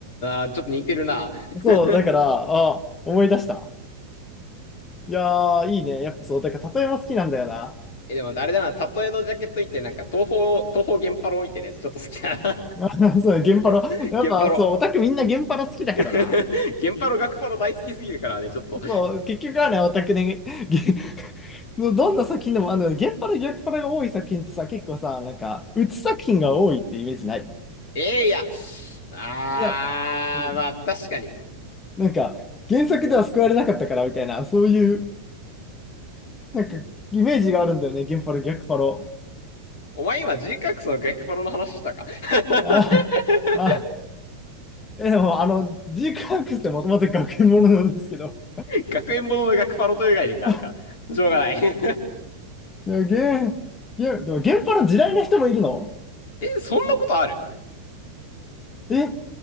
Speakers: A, on the left (about 50°); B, on the left (about 20°).
A: ーあー、ちょっと似てるな。
B: そう、
A: <laughs>
B: だから、あ、思い出した。いやー、いいね。やっぱそう、だから例えば好きなんだよな。
A: え、でも、あれだな、例えのジャケット見て、なんか、東方、東方源パロ見てね、ちょっと好きだな。
B: <laughs> あそう、ゲンパロ。
A: <laughs>
B: やっぱそう、
A: 源パロ。
B: オタクみんなゲンパロ好きだからな。
A: <laughs> 源パロ、学パロ大好きすぎるからね、ちょっと。
B: そう、結局はね、オタクね、ゲど <laughs> どんな作品でも、あの、ゲンパロ、逆パロが多い作品ってさ、結構さ、なんか、鬱作品が多いってイメージない
A: えーいや、あー、
B: いや、うん。
A: まあ、確かに。
B: なんか、原作では救われなかったからみたいな、そういう、なんか、イメージがあるんだよね、ゲンパロ、逆パロ。
A: お前今 G カックスの学パロの話したか <laughs>
B: ああ、ああ。え、でも、あの、ジークアークスってもともと学園ものなんですけど。
A: 学園ものの学パロという概念があるから。
B: <laughs>
A: しょうがない <laughs> え、
B: いや、ゲー、ゲー、でも、現場の地雷な人もいるの
A: そんなことある
B: え、